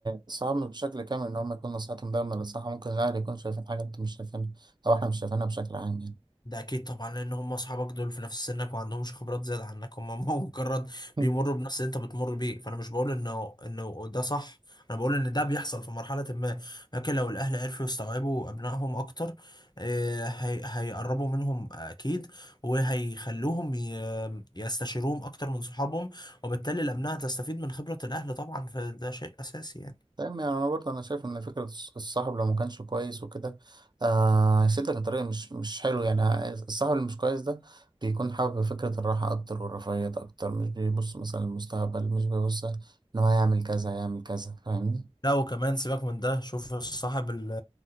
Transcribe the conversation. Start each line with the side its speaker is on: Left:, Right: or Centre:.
Right: الصحاب مش بشكل كامل إن هم يكون نصيحتهم دايما للصح ممكن الأهل يكون شايفين حاجة أنت مش شايفينها أو إحنا مش شايفينها بشكل عام يعني
Left: ده اكيد طبعا لان هم اصحابك دول في نفس سنك وما عندهمش خبرات زياده عنك هم <laughs> مجرد
Right: <laughs>
Left: بيمروا بنفس اللي انت بتمر بيه فانا مش بقول انه انه ده صح انا بقول ان ده بيحصل في مرحله ما لكن لو الاهل عرفوا يستوعبوا ابنائهم اكتر آه، هي هيقربوا منهم اكيد وهيخلوهم ي- يستشيروهم اكتر من صحابهم وبالتالي الابناء تستفيد من خبره الاهل طبعا فده شيء اساسي يعني
Right: تمام يعني أنا برضه أنا شايف إن فكرة الصاحب لو ما كانش كويس وكده آه، هيسدك لطريق مش مش حلو يعني الصاحب اللي مش كويس ده بيكون حابب فكرة الراحة أكتر والرفاهية أكتر مش بيبص مثلا للمستقبل مش بيبص إن هو يعمل كذا يعمل كذا فاهمني
Left: لا وكمان سيبك من ده شوف الصاحب ال-